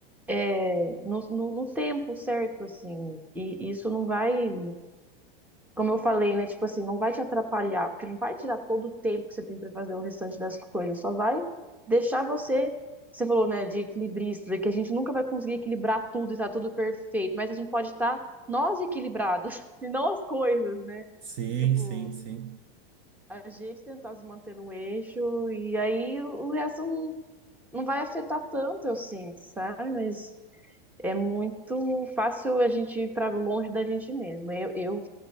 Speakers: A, in the centre; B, on the right.
A: é, no, no, no tempo certo, assim, e isso não vai como eu falei, né? Tipo assim, não vai te atrapalhar, porque não vai tirar todo o tempo que você tem para fazer o restante das coisas, só vai deixar você. Você falou, né, de equilibrista, que a gente nunca vai conseguir equilibrar tudo e tá tudo perfeito, mas a gente pode estar nós equilibrados <laughs> e não as coisas, né?
B: Sim,
A: Tipo,
B: sim, sim.
A: a gente tentar se manter no eixo e aí o resto não, não vai afetar tanto, eu sinto, sabe? Mas é muito fácil a gente ir para longe da gente mesmo. Eu, eu